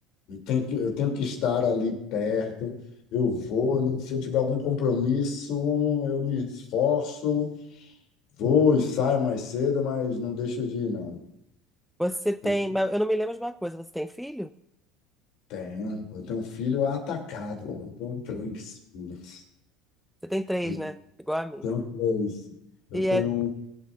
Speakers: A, on the left; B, in the centre.
A: eu tenho que, eu tenho que estar ali perto. Eu vou, né, se eu tiver algum compromisso, eu me esforço, vou e saio mais cedo, mas não deixo de ir, não.
B: Você tem,
A: Eu
B: mas eu não me lembro de uma coisa, você tem filho?
A: tenho, eu tenho um filho atacado, eu tenho três filhos.
B: Você tem três,
A: Eu
B: né? Igual a mim.
A: tenho três. Eu
B: E
A: tenho
B: é,